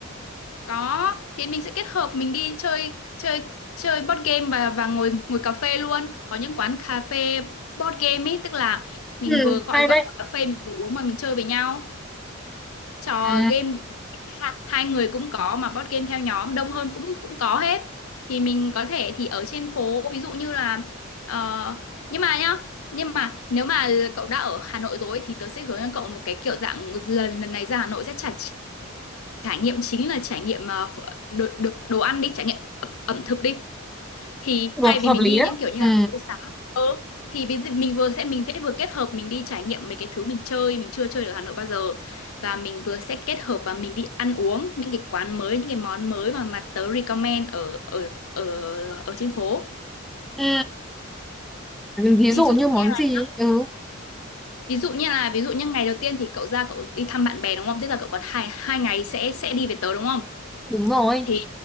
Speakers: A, on the left; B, in the centre.
A: Có, thì mình sẽ kết hợp mình đi chơi chơi chơi board game và và ngồi ngồi cà phê luôn. Có những quán cà phê board game ấy, tức là mình
B: Ừ,
A: vừa gọi
B: hay
A: gọi
B: đấy.
A: cà phê mình vừa uống mà mình chơi với nhau. Trò
B: Ừ,
A: game ha- hai người cũng có mà board game theo nhóm đông hơn cũng cũng có hết. Thì mình có thể thì ở trên phố ví dụ như là ờ, nhưng mà nhá, nhưng mà nếu mà cậu đã ở Hà Nội rồi ấy, thì tớ sẽ hướng cho cậu một cái kiểu dạng lần lần này ra Hà Nội sẽ trả trải nghiệm chính là trải nghiệm ờ, đồ, đồ, đồ ăn đi trải nghiệm ẩm, ẩm thực đi thì
B: được
A: thay vì
B: hợp
A: mình
B: lý
A: đi
B: đó.
A: những kiểu như
B: Ừ.
A: là phố xá ừ, thì ví dụ mình vừa sẽ mình sẽ vừa kết hợp mình đi trải nghiệm mấy cái thứ mình chơi mình chưa chơi ở Hà Nội bao giờ và mình vừa sẽ kết hợp và mình đi ăn uống những cái quán mới những cái món mới mà mà tớ recommend ở ở ở ở trên phố
B: ừ ví
A: ví
B: dụ
A: dụ
B: như
A: như
B: món
A: là
B: gì ấy. ừ
A: ví dụ như là ví dụ như ngày đầu tiên thì cậu ra cậu đi thăm bạn bè đúng không tức là cậu còn hai hai ngày sẽ sẽ đi về tớ đúng không
B: đúng rồi
A: thì